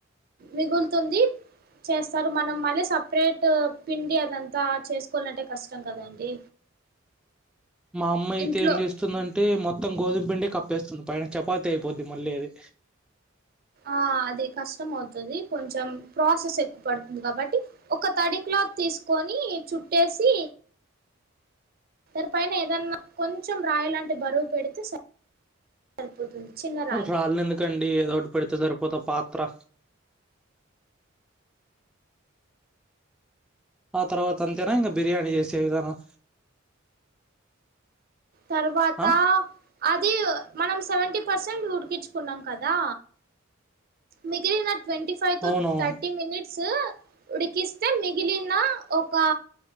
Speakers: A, on the right; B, in the centre.
A: మిగులుతుంది. చేస్తారు మనం మళ్ళీ సపరేట్ పిండి అదంతా చేస్ కోవాలంటే కష్టం కదండి.
B: మా అమ్మైతే
A: ఇంట్లో
B: ఏం చేస్తుందంటే మొత్తం గోధుమ్ పిండి కప్పేస్తుంది పైన చపాతి అయిపోద్ది మళ్ళీ అది
A: ఆ అది కష్టం అవుతది కొంచం ప్రాసెస్ ఎక్కువ పడుతుంది కాబట్టి ఒక తడి క్లా క్లాత్ తీస్కొనీ చుట్టేసి దానిపైన ఏదన్నా కొంచం రాయి లాంటి బరువు పెడితే సరి సరిపోతుంది. చిన్న రాయి
B: రాళ్ళెందుకండి ఏదోట్ పెడుతే సరిపోదా పాత్ర ఆ తర్వాత అంతేనా ఇంగ బిర్యానీ చేసే విధానం
A: తర్వాతా
B: ఆ
A: అదీ మనం సెవెంటీ పర్సెంట్ ఉడికిచ్చుకున్నాం కదా మిగిలిన ట్వంటీ ఫైవ్ టు
B: అవునవును
A: థర్టీ మినిట్స్ ఉడికిస్తే మిగిలిన ఒకా